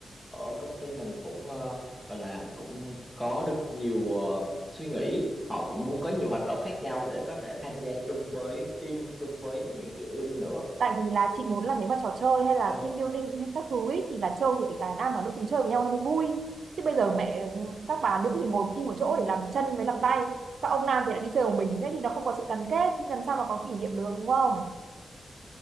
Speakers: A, in the centre; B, on the right.
A: ở công ty mình cũng ờ, gọi là cũng có được nhiều ờ, suy nghĩ họ cũng muốn có nhiều hoạt động khác nhau để có thể tham gia chung với team chung với những chị em nữa
B: Tại vì là chị muốn là nếu mà trò chơi hay là
A: Ờ,
B: team building hay các thứ ý, thì là chơi thì phải cả nam và nữ cùng chơi với nhau nó mới vui. Chứ bây giờ mẹ ừ, các bà nữ thì ngồi im một chỗ để làm chân với làm tay, các ông nam thì lại đi chơi một mình thế thì nó không có sự gắn kết thì làm sao mà có kỷ niệm được đúng không?